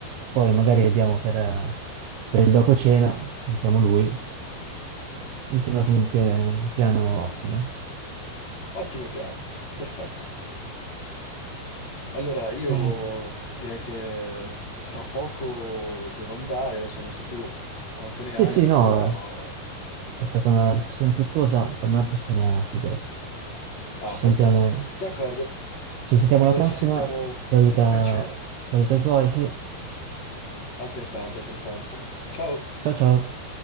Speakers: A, on the right; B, on the left.
A: poi magari vediamo per, eh, per il dopo cena, sentiamo lui. Mi sembra comunque un piano ottimo.
B: Ottimo piano, perfetto. Allora, io
A: Eh,
B: direi che tra poco devo andare, adesso non so tu quanto ne
A: Sì,
B: hai
A: sì,
B: ancora,
A: no,
B: ma...
A: eh, è stata una discussione fruttuosa, per me possiamo chiudere.
B: Ah,
A: Ci
B: fantastico.
A: sentiamo,
B: D'accordo,
A: ci sentiamo
B: allora
A: alla prossima,
B: ci sentiamo
A: saluta,
B: per cena.
A: saluta i tuoi, sì,
B: Altrettanto, altrettanto. Ciao!
A: ciao ciao.